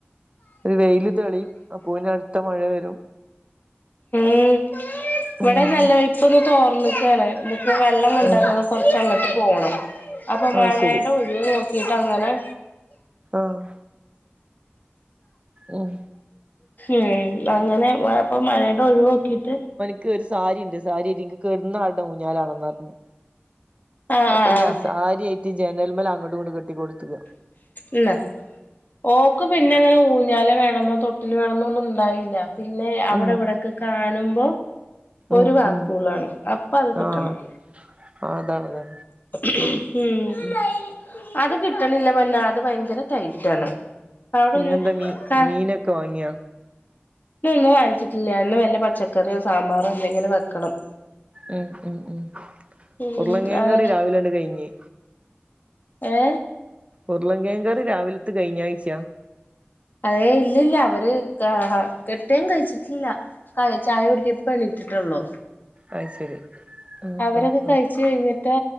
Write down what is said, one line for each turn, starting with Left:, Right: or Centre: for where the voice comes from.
Right: ഒരു വെയില് തെളിയും അപ്പോയിന് അടുത്ത മഴ വരും
Left: ഏഹ് ഇവിടെ
Right: ഉം
Left: നല്ല ഇപ്പൊന്ന് തോർന്നക്കാണ് നമുക്ക് വെള്ളം കൊണ്ടോ
Right: ആഹ്
Left: കൊർച്ചങ്ങട്ട് പോണം അപ്പോ
Right: അത്
Left: മഴയുടെ
Right: ശരി
Left: ഒഴിവ് നോക്കിയിട്ടങ്ങനെ
Right: ആഹ് ഉം
Left: ഉം അങ്ങനെ മഴപ്പ മഴയുടെ ഒഴിവ് നോക്കീട്ട്
Right: ക്ക്‌ഒരു സാരിണ്ട് സാരിയെരി ഇൻക് കെട്ന്നാട്ണെ ഊഞ്ഞാലാണെന്ന് പറഞ്ഞ്
Left: ആഹ്
Right: അപ്പൊ
Left: ആഹ്
Right: ഞാൻ
Left: ആഹ്
Right: സാരിയായിട്ട് ജനൽമൽ അങ്ങോട്ടും ഇങ്ങോട്ട് കെട്ടിക്കൊടുത്തുക
Left: ഇന്ന ഓക്ക് പിന്നെ അങ്ങനെ ഊഞ്ഞാല വേണന്നോ തൊട്ടില് വേണന്നൊന്നും ഉണ്ടായില്ല. പിന്നെ അവിടെ
Right: ഉം
Left: ഇവിടൊക്കെ കാണുമ്പോ
Right: ഉം
Left: ഒരു വാക്കൂളാണ്.
Right: ഉം
Left: അപ്പൊ അത് കിട്ടണം.
Right: ആഹ് അതാണ്.
Left: ഉം
Right: ഉം
Left: അവിടെ
Right: പിന്നെന്താ
Left: ഒരു
Right: മീ
Left: ക
Right: മീനൊക്കെ വാങ്ങിയാ.
Left: ഇന്ന് ഒന്നും വാങ്ങിച്ചിട്ടില്ല. ഇന്ന് വെല്ല പച്ചക്കറിയോ സാമ്പാറോ എന്തെങ്കിലും വെക്കണം.
Right: ഉം ഉം ഉം
Left: ഉം
Right: ഉരുളൻ കിഴങ്ങുകറി
Left: അതെ
Right: രാവിലോണ്ട് കഴിഞ്ഞ്.
Left: ഏ
Right: ഉരുളൻ കിഴങ്ങുകറി രാവിലത്തെ കഴിഞ്ഞാഴ്ച.
Left: അതെ ഇല്ലില്ല. അവര് ക ആഹ് കെട്ടിയോൻ കഴിച്ചിട്ടില്ല. കയ് ചായ കുടിക്കും ഇപ്പ എണീറ്റിട്ടൊള്ളൂ.
Right: അഹ് ശരി. ആഹ്
Left: അവരൊക്കെ
Right: ആഹ്
Left: കഴിച്ച്
Right: ആഹ്
Left: കഴിഞ്ഞിട്ടാ